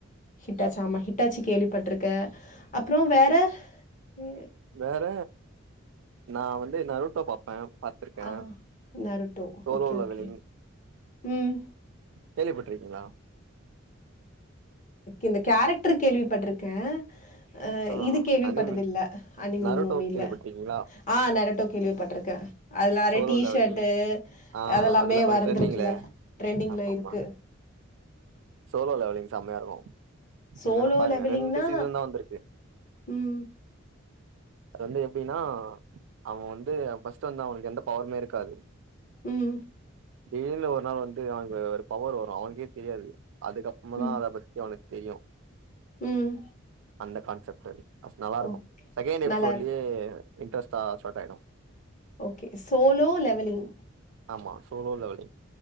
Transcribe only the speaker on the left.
ஹிடிட்டாச்சு ஆமா ஹிடிட்டாச்சு கேள்விப்பட்ருக்கே அப்புறோ வேற ஏ
ஆ Naruto
okay
okay ம்
இந்த கேரக்டர் கேள்வி பட்டுருக்கே அ
இது கேள்விப்பட்டது
இல்ல அனிமி
மூவில
ஆ நரேட்டோ கேள்விப்பட்டிருக்கே அதுல நெறைய
ட்டிஷர்ட்டு
அதெல்லாமே
வர்ந்துருக்குல
ட்ரெண்டிங்ல
இருக்கு
சோலோ
லெவலிங்னா
ம்
ம்
ம்
ம்
ஓகே
நல்லாருக்கும்.
ஓகே சோலோ லெவலிங்